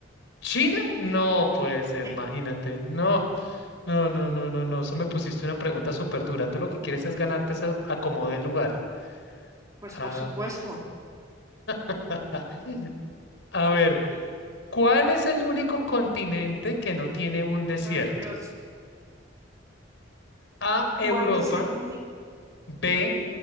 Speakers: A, on the left; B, on the right.
A: ¿China? No Pues imagínate.
B: China.
A: No, no, no, no, no, no. Eso me pusiste una pregunta súper dura. Tú lo que quieres es ganarte ese acomodo de lugar.
B: Pues
A: Ah,
B: por supuesto.
A: <laughs> A ver,
B: Sí.
A: ¿cuál es el único continente que no tiene un desierto?
B: Ay, Dios.
A: A, Europa,
B: ¿Cuál es el único?
A: B,